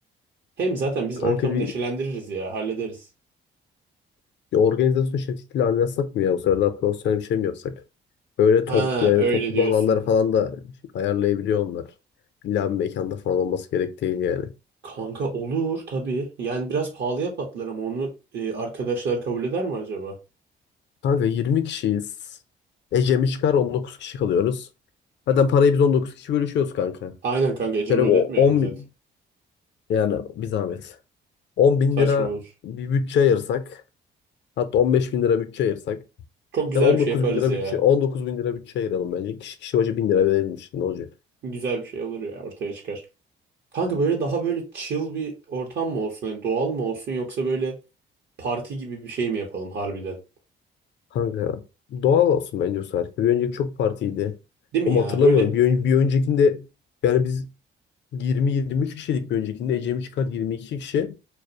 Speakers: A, on the right; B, on the left.
A: Hem zaten biz
B: kanka
A: ortamı
B: bir,
A: neşelendiririz ya, hallederiz.
B: bir organizasyon şirketiyle anlaşsak mı ya? Bu sefer daha profesyonel bir şey mi yapsak? Böyle
A: Ha
B: top, yani
A: öyle
B: toplu
A: diyorsun.
B: alanlar falan da ayarlayabiliyor onlar. İlla bir mekanda falan olması gerek değil yani.
A: Kanka olur tabii. Yani biraz pahalıya patlar ama onu e, arkadaşlar kabul eder mi acaba?
B: Kanka 20 kişiyiz. Ecem'i çıkar 19 kişi kalıyoruz. Zaten parayı biz 19 kişi bölüşüyoruz kanka.
A: Aynen kanka Ecem'e
B: Şöyle o-
A: ödetmeyelim
B: 10
A: zaten.
B: bin yani bir zahmet. 10 bin
A: Saçma
B: lira
A: olur.
B: bir bütçe ayırsak. Hatta 15 bin lira bütçe ayırsak.
A: Çok güzel
B: Yani 19
A: bir şey yaparız
B: bin lira
A: ya.
B: bütçe 19 bin lira bütçe ayıralım bence. Kişi kişi başı bin lira verilmiş ne olacak?
A: Güzel bir şey olur ya ortaya çıkar. Kanka böyle daha böyle chill bir ortam mı olsun? Hani doğal mı olsun yoksa böyle parti gibi bir şey mi yapalım harbiden?
B: Kanka doğal olsun bence o sefer. Bir önceki çok partiydi.
A: Değil mi
B: Ama
A: ya?
B: hatırlamıyorum.
A: Böyle
B: Bir, ön- bir öncekinde yani biz 20-23 kişilik bir öncekinde Ecem'i çıkar 22 kişi.